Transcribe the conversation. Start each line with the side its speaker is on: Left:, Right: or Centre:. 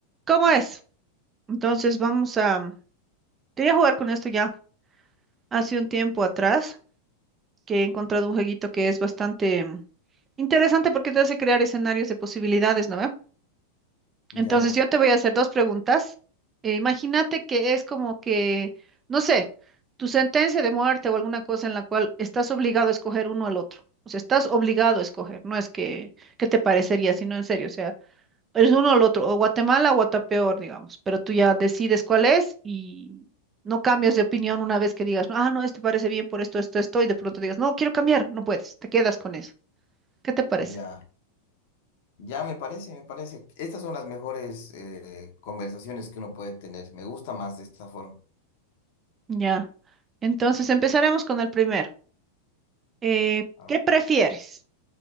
Right: ¿Cómo es? Entonces vamos a... Quería jugar con esto ya hace un tiempo atrás, que he encontrado un jueguito que es bastante mm, interesante porque te hace crear escenarios de posibilidades, ¿no ve?
Left: Ya,
Right: Entonces yo te voy a hacer dos preguntas. Eh, imagínate que es como que, no sé, tu sentencia de muerte o alguna cosa en la cual estás obligado a escoger uno al otro. O sea, estás obligado a escoger, no es que, que te parecería, sino en serio. O sea, Es uno o el otro, o Guatemala o Guatapeor, digamos, pero tú ya decides cuál es y no cambias de opinión una vez que digas, no, ah, no, este parece bien por esto, esto, esto, y de pronto digas, no, quiero cambiar, no puedes, te quedas con eso. ¿Qué te parece?
Left: ya, ya me parece, me parece. Estas son las mejores eh, conversaciones que uno puede tener. Me gusta más de esta forma.
Right: Ya. Entonces empezaremos con el primero. Eh,
Left: A
Right: ¿qué
Left: ver,
Right: prefieres?